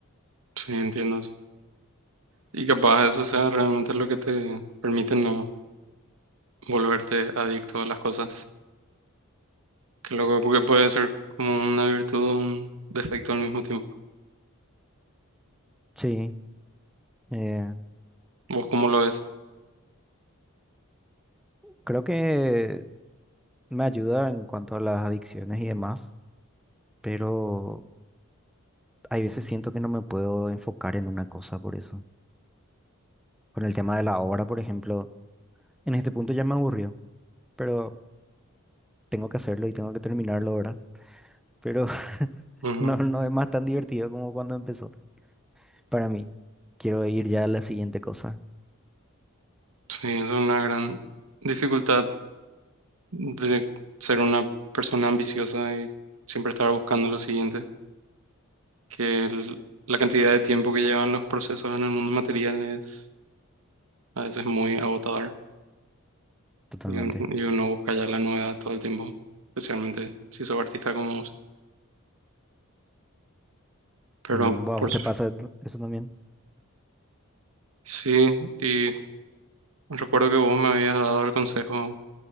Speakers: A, on the right; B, in the centre.
A: Sí, entiendo eso. Y capaz eso sea realmente lo que te permite no volverte adicto a las cosas Qué loco, porque puede ser como una virtud o un defecto al mismo tiempo.
B: Sí. eh,
A: ¿Vos cómo lo ves?
B: Creo que me ayuda en cuanto a las adicciones y demás, pero hay veces siento que no me puedo enfocar en una cosa por eso. Con el tema de la obra, por ejemplo, en este punto ya me aburrió, pero tengo que hacerlo y tengo que terminarlo ahora. Pero <laughs>
A: Ujú.
B: no, no es más tan divertido como cuando empezó. Para mí, quiero ir ya a la siguiente cosa,
A: Sí, es una gran dificultad de ser una persona ambiciosa y siempre estar buscando lo siguiente, que el- la cantidad de tiempo que llevan los procesos en el mundo material es a veces muy agotador
B: totalmente.
A: y, un- y uno busca ya la novedad todo el tiempo, especialmente si sos artista como vos. Pero
B: Mm, ¿A
A: por
B: vos te
A: su-
B: pasa eso también?
A: sí, y recuerdo que vos me habías dado el consejo